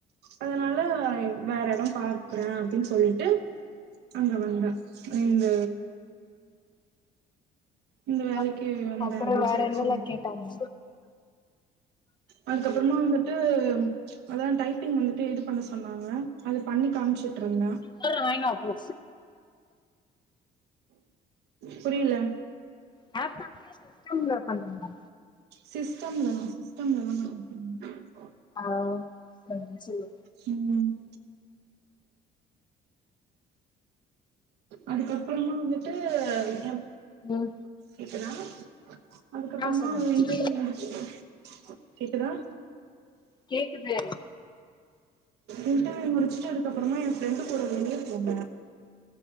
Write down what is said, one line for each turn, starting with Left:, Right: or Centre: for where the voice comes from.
Right: அதனால வேற எடம் பாக்றே அப்டின் சொல்ட்டு அங்க வந்தா இந்த இந்த வேலைக்கு
Left: அப்
Right: வந்தே
Left: அப்புற
Right: அப்டின்னு
Left: வேற
Right: சொல்லிட்டு
Left: என்னல்லா கேட்டாங்க
Right: அதுக்கப்றமா வந்துட்டு அதா டைப்பிங் வந்துட் டு இது பண்ண சொன்னாங்க அது பண்ணி காமிச்ட்டு இருந்தே
Left: சொல்ற வாய்ன்னு வா போ
Right: புரியில
Left: லேப்டாப் கே சிஸ்டம்ல பண்ணணுமா
Right: சிஸ்டம்ல தா சிஸ்டம்ல தாங்க <unintelligible>
Left: ஹலோ சரி நீ சொல்லு
Right: ம் அதுக்கப்றமா வந்துட்டு <unintelligible>
Left: ம்
Right: கேக்குதா அதுக்கப்றமா
Left: ஆ சொல்லுங்க
Right: <unintelligible> கேக்குதா
Left: கேக்குது
Right: இன்டன் முடிச்ட்டு அதுக்கப்றமா எ ஃபிரெண்டு கூட வெளிய போன